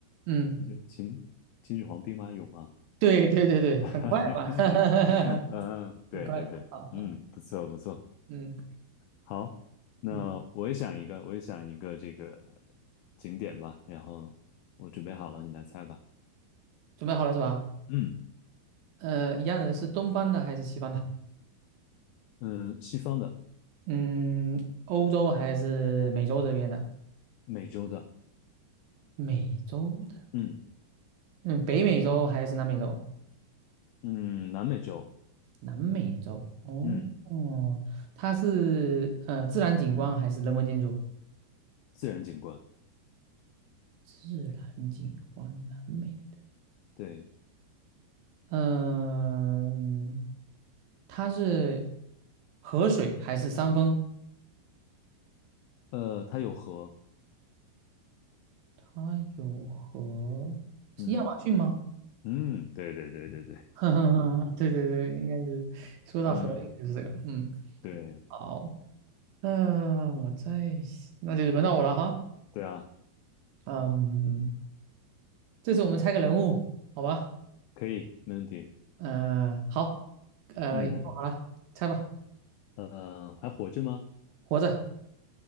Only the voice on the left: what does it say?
就秦秦始皇兵马俑吗？
<laughs>
嗯，对对对，
嗯，不错不错，
好，那我也想一个，
我也想一个这个景点吧，然后我准备好了，你来猜吧。
嗯
嗯，西方的，
美洲的，
嗯
嗯，南美洲，
嗯，
自然景观，
对，
呃，它有河，
嗯。嗯，对对对对对，
嗯，
对
对啊，
可以，没问题。
嗯，
呃，还活着吗？